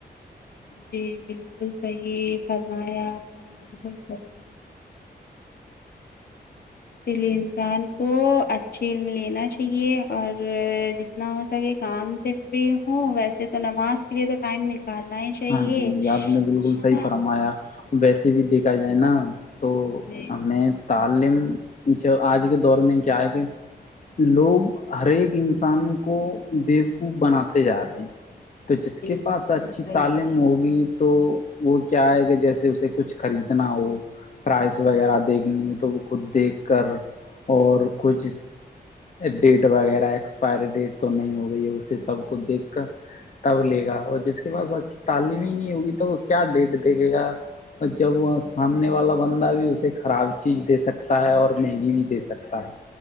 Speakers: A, on the left; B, on the left.
A: جی بالکل صحیح فرمایا آپ نے بالکل اس لیے انسان کو اچھے علم لینا چاہیے اور تنا ہو سکے کام سے فری ہو ویسے تو نماز کے لیے تو ٹائم نکالنا ہی چاہیے
B: ہاں جی آپ نے بالکل
A: ہے
B: صحیح
A: نا
B: فرمایا ویسے بھی دیکھا جائے نا تو
A: جی
B: ہمیں تعلیم جو آج کے دور میں کیا ہے کہ لوگ ہر ایک انسان کو بیوقوف بناتے جا رہے ہیں تو جس
A: جی
B: کے
A: بالکل
B: پاس اچھی
A: صحیح
B: تعلیم ہوگی تو وہ کیا ہے کہ جیسے اسے کچھ خریدنا ہو پرائز وغیرہ دیکھ گئی ہو تو وہ خود دیکھ کر اور کچھ ڈیٹ وغیرہ ایکسپائری ڈیٹ تو نہیں ہو گئی اسے سب کو دیکھ کر تب لے گا اور جس کے پاس اچھی تعلیم ہی نہیں ہوگی تو وہ کیا ڈیٹ دیکھے گا اور جب وہ سامنے والا بندہ بھی اسے خراب چیز دے سکتا ہے اور مہنگی بھی دے سکتا ہے